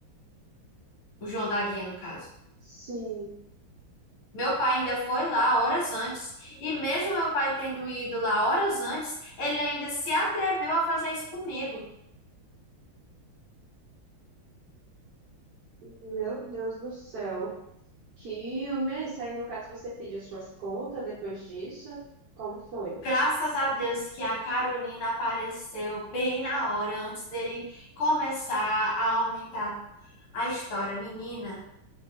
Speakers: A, on the left; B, on the right.
A: o João da Guia no caso.
B: Sim.
A: Meu pai ainda foi lá horas antes, e mesmo meu pai tendo ido lá horas antes, ele ainda se atreveu a fazer isso comigo.
B: Meu Deus do céu. Que homem é esse? Aí, no caso, você pediu suas contas depois disso? Como foi?
A: Graças a Deus que a Carolina apareceu bem na hora antes dele começar a aumentar a história. Menina,